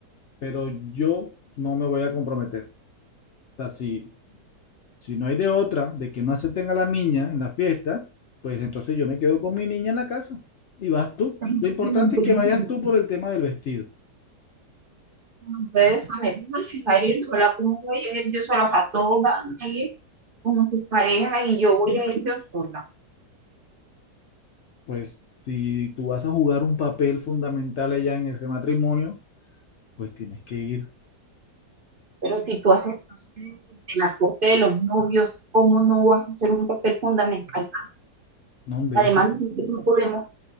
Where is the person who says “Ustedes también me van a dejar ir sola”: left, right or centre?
Right